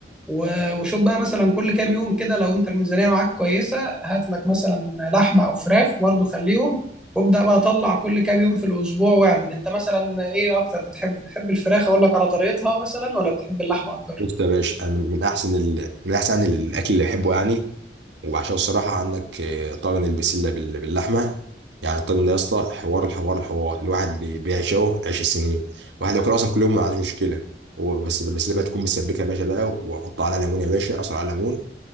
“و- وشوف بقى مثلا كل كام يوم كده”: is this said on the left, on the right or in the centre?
Centre